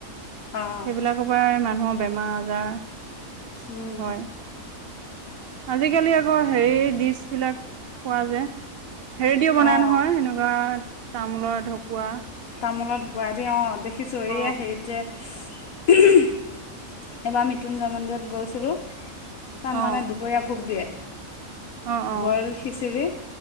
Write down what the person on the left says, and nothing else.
অঁ
অঁ
অঁ
তামোলত ঢুকুৱাই দি অহ দেখিছোঁ।
এইয়া হেৰিত যে <unintelligible> এইবাৰ মৃত্যুঞ্জয় মন্দিৰত গৈছিলোঁ। তাত
মানে দুপৰীয়া ভোক দিয়ে।
ব্ৰইল খিচিৰি,